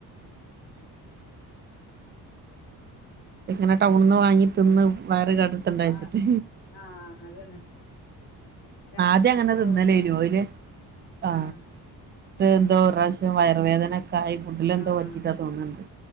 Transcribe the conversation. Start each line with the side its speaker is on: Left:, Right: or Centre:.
Left: ശ
Right: ഇങ്ങനെ ടൗണന്ന് വാങ്ങി തിന്ന് വയറ് ക കേടരുത്തണ്ടച്ചിട്ട്
Left: ആഹ് ആഹ് അതന്നെ രാത്രി
Right: ആദ്യം അങ്ങനെ
Left: എന്താ ചോറ്
Right: തിന്നലേന്നു ഓല് ആ
Left: ആഹ്
Right: എന്തോ പ്രാവശ്യ വയർവേദനക്ക കായ് ഫുട്ടിൽ എന്തോ
Left: ആഹ്
Right: പറ്റികാ തോന്നണ്ട്